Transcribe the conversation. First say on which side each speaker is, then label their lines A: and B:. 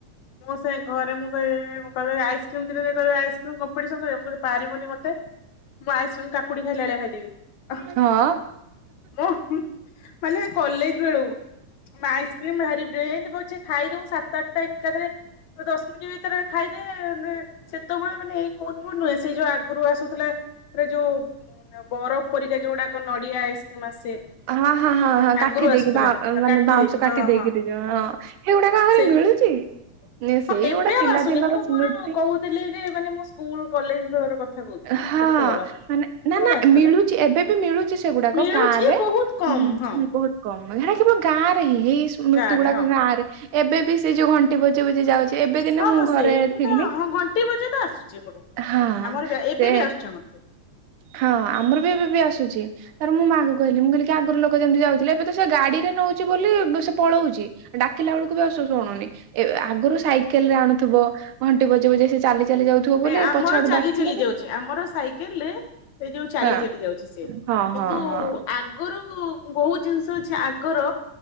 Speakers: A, on the left (about 60°); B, on the right (about 70°).
A: ମୋ ସେଇ ଘରେ ମୁଁ କହିଲି ମୁଁ କହିଲି ଆଇସକ୍ରିମ ଦେଲେ ଆଇସକ୍ରିମ କମ୍ପିଟିସନ୍ କରିବ, ମୁଁ କହିଲି ପାରିବୁନି ମତେ। ମୁଁ ଆଇସକ୍ରିମ କାକୁଡି ଖାଇଲା ଭଳିଆ ଖାଇଦେବି।
B: ହଁ।
A: ହଁ ମୁଁ ମାନେ କଲେଜ ବେଳୁ ଆଇସ୍କ୍ରିମ ଭାରି ପ୍ରିୟ ଏମତି ପଛେ ଖାଇଦବୁ ସାତ ଆଠଟା ଏକାଥରେ। ଦଶ ମିନିଟ ଭିତରେ ଖାଇଦେ ସେ ସେତେବେଳେ ମାନେ ଏଇ କୋନ ଫୋନ୍ ନୁହେଁ ସେଇ ଯୋଉ ଆଗରୁ ଆସୁଥିଲାରେ ଯୋଉ ବରଫ ପରିକା ଯୋଉଗୁଡାକ ନଡିଆ ଆଇସ୍କ୍ରିମ ଆସେ।
B: ହଁ ହଁ ହଁ ହଁ କାଠି
A: ଆଗରୁ
B: ଦେଇକି
A: ଆସୁଥିଲା
B: ବା
A: ଆଉ
B: ମାନେ
A: କାଠି
B: ବାଉଁଶ
A: ଦେଇକି
B: କାଠି
A: ହଁ
B: ଦେଇକିରି
A: ହଁ
B: ଯୋଉ ହଁ ହେଗୁଡାକ ଆହୁରି
A: ସେ
B: ମିଳୁ ଚି
A: ହଁ
B: ସେଇ
A: ଏବେ
B: ଗୋଟେ
A: ଆଉ
B: ପିଲାଦିନର
A: ଆସୁନି ମୁଁ
B: ସ୍ମୃତି।
A: ମୋର ଯେ ମାନେ ମୁଁ ସ୍କୁଲ କଲେଜ ବେଳର କଥା କହୁ ସେତେବେଳ
B: ହଁ ମାନେ
A: ସେତେବେଳେ
B: ନା ନା
A: ଆଶୁଥିଲା,
B: ମିଳୁଛି ଏବେ ବି ମିଳୁଛି ସେଗୁଡାକ
A: ମିଳୁଛି
B: ଗାଁ ରେ
A: ବହୁତ କମ୍
B: ହୁଁ ହୁଁ
A: ହଁ।
B: ହୁଁ ବହୁତ କମ ହେ କେବଳ ଗାଁ ରେ ହିଁ ହେଇ ସ୍ମୃତି
A: ଗାଁରେ
B: ଗୁଡାକ
A: ହଁ
B: ଗାଁରେ ଏବେ ବି ସେ ଯୋଉ ଘଣ୍ଟି ବଜି ବଜି ଯାଉଛି। ଏବେ ଦିନ
A: ହଁ
B: ମୁଁ
A: ହଁ
B: ଘରେ
A: ସେଇଟା
B: ଥିଲି,
A: ତ ହଁ ଘଣ୍ଟି ବଜା ତ ଆସୁଛି ଏପଟକୁ।
B: ହଁ।
A: ଆମର ଏବେ
B: ସେ
A: ବି ଆସୁଛି ଆମର।
B: ହଁ ଆମର ବି ଏବେ ବି ଆସୁଛି। ତାପରେ ମୁଁ ମାଆକୁ କହିଲି, ମୁଁ କହିଲି ଆଗରୁ ଲୋକ ଯେମିତି ଯାଉଥିଲେ ଏବେ ତ ସେ ଗାଡି ରେ ନଉଛି ବୋଲି ସେ ପଳଉଛି। ଡାକିଲା ବେଳକୁ ବି ଆଉ ସେ ଶୁଣୁନି ଏ ଆଗରୁ ସାଇକେଲ ରେ ଆଣୁଥିବ ଘଣ୍ଟି ବଜେଇ ବଜେ ସେ ଚାଲୁଥିବ ଚାଲି ଯାଉଥିବ
A: ନାଇଁ
B: ବୋଲି
A: ଆମର
B: ପଛ ଆଡୁ
A: ଚାଲି
B: ଡାକିଲେ ବି
A: ଆମର ସାଇକେଲରେ ସେ ଯୋଉ ଚାଲି
B: ହଁ
A: ଚାଲି ଯାଉଛି ସେ,
B: ହଁ
A: କିନ୍ତୁ
B: ହଁ ହଁ
A: ଆଗରୁ ବହୁତ ଜିନିଷ ଅଛି ଆଗର